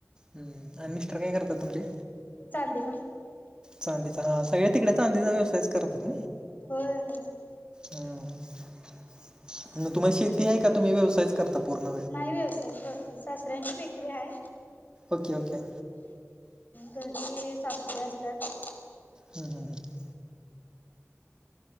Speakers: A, on the right; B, on the left.
A: हम्म आणि मिस्टर काय करतात तुमचे.
B: चांदी काम.
A: चांदीचा हा सगळ्या तिकडे चांदीचा व्यवसायच करता
B: होय.
A: हम्म म तुम्हाला शेती आहे का तुम्ही व्यवसायच करता पूर्ण
B: नाही व्यवसाय सासऱ्यांची बेकरी आहे
A: ओके ओके.
B: घरी सासुबाई असतात
A: हम हम ह <unintelligible>